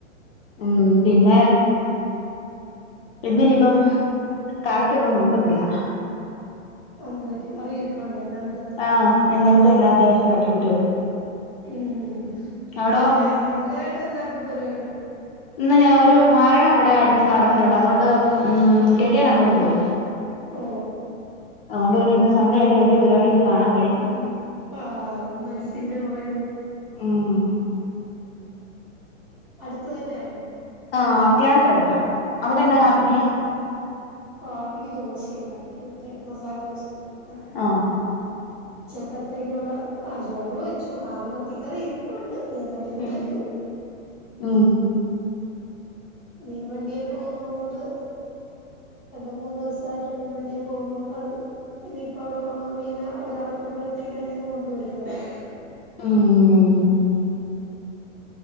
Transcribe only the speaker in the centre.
അതെന്ത് പറ്റി കറിയിരുപ്പ്ണ്ടോ ഇന്നാലത്തെ
ഉം
ഇന്ന് ഞാൻ സൺഡേ ആയിട്ട് എന്താപ്പൊ പരിപാടി.
ഓ
ഉം ആ ഇന്ന് മരുപ്പിന്റെ പുറകെ പോയി
അടുത്ത് തന്നെയണോ
ഉം
പാപ്പിക്ക് ദോശ ഉണ്ടാക്കി മറ്റേ മസാല ദോശ ഉണ്ടാക്കി
ഉച്ചക്കത്തേക്കുള്ള ആ ചോറ് വെച്ചു കറി മത്തിക്കറി ഇരിപ്പുണ്ട് ഇനി എന്തെങ്കിലും
കൊണ്ടു
മീൻ വണ്ടിയെ പോകുന്നോണ്ട് രണ്ട് മൂന്ന് ദിവസായിട്ട് മീൻവണ്ടിയെ പോകുന്നോണ്ടത്. ഇനിയിപ്പം അവിടെ കൊള്ളത് മീനെ അവരിറക്കുമ്പോഴത്തേക്കതീന്ന് കൊണ്ടുവരുംന്നറിയാ